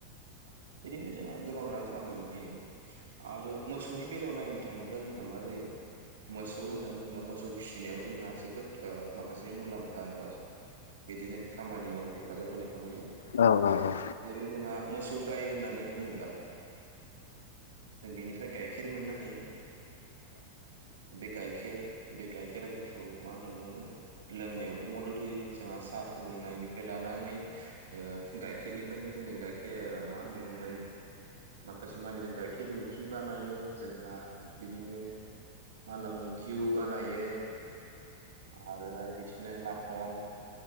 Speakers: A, on the right; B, on the left.
A: बिदिनो जोंहा गोबां रां खामायनो हायो आरो मोसौनि बेलायाव नायनो थाङोब्ला जोंहा मा जायो मोसौ होननानै बुङोब्ला मोसौ फिसिनायाव जोंहा जोबोद ओ माखासे मुलाम्फा एबा बिदिनो खामानियाव हेफाजाब होनायखौ नुयो।
B: औ औ औ
A: जेरै जोंहा मोसौ गाय होननानै बुङोब्ला जों बेनिफ्राय गाइखेर मोननो हायो बे गाइखेर बे गाइखेरा जोंखौ मा होनना बुङो लोंनायावबो मदद होयो। जोंहा साहा फुदुंनायनिफ्राय लानानै ओ गाइखेरनिफ्रायनो जोङो गाइखेर मा होनना बुंगोन माखासे मानि जों गाइखेर मिखिर बानायो जोंहा बिदिनो मा होनना बुङो घिउ बानायो। आरोहाय बि बिदिनो माखन